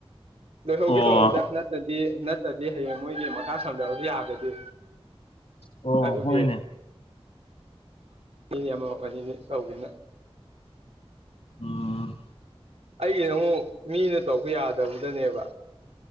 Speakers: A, on the right; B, on the left.
A: ꯂꯣꯏꯍꯧꯒꯦ
B: ꯑꯣ
A: ꯇꯧꯕꯅꯤꯗ ꯅꯠꯇ ꯗꯤ ꯅꯠꯇꯗꯤ ꯍꯌꯦꯡ ꯃꯣꯏꯒꯤ ꯃꯈꯥ ꯁꯝꯖꯔꯁꯨ ꯌꯥꯗꯗꯤ
B: ꯑꯣ
A: ꯑꯗꯨꯒꯤ
B: ꯍꯣꯏꯅꯦ
A: ꯅꯤ ꯑꯃꯅꯤꯅꯤ ꯇꯧꯒꯦꯅ
B: ꯎꯝ
A: ꯑꯩꯒꯤ ꯑꯃꯨꯛ ꯃꯤꯅ ꯇꯧꯄ ꯌꯥꯗꯕꯗꯅꯦꯕ